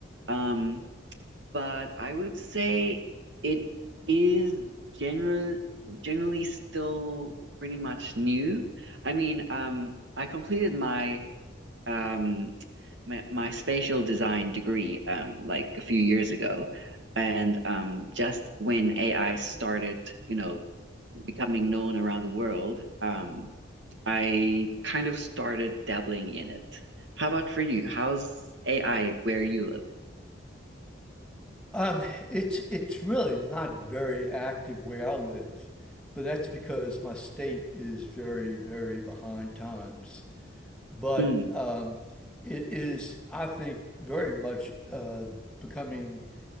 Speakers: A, on the right (about 70°); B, in the centre.
A: Um, but I would say it is general generally still pretty much new. I mean, um, I completed my um my my spatial design degree um like a few years ago and um just when AI started you know becoming known around the world um I kind of started dabbling in it how about for you how's AI where you live
B: Um, it's it's really not very active where I live, but that's because my state is very, very behind times. But
A: Hmm.
B: um, it is, I think, very much uh, becoming.